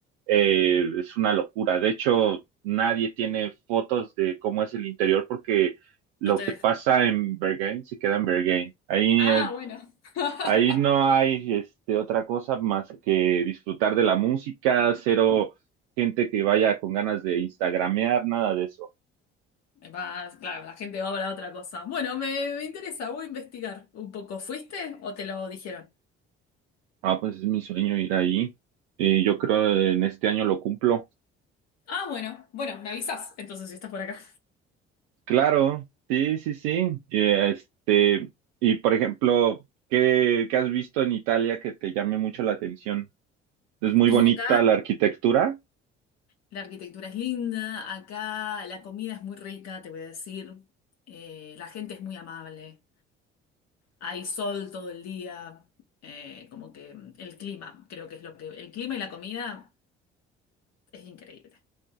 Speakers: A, on the right; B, on the left.
A: eh, es una locura. De hecho, nadie tiene fotos de cómo es el interior porque lo
B: No te
A: que
B: dejan.
A: pasa en Bergen se queda en Bergen. Ahí,
B: Ah,
A: eh,
B: bueno. <laughs>
A: ahí no hay este, otra cosa más que disfrutar de la música, cero gente que vaya con ganas de instagramear, nada de eso.
B: Va, claro, la gente va para otra cosa. Bueno, me, me interesa, voy a investigar un poco. ¿Fuiste o te lo dijeron?
A: Ah, pues es mi sueño ir ahí. Y yo creo en este año lo cumplo.
B: Ah, bueno, bueno, me avisas entonces si estás por acá.
A: Claro, sí, sí, sí. Y, este, y por ejemplo, ¿qué, qué has visto en Italia que te llame mucho la atención? Es muy
B: Y
A: bonita
B: acá
A: la arquitectura.
B: La arquitectura es linda, acá la comida es muy rica, te voy a decir. Eh, la gente es muy amable, hay sol todo el día, eh, como que mm, el clima, creo que es lo que... El clima y la comida es increíble.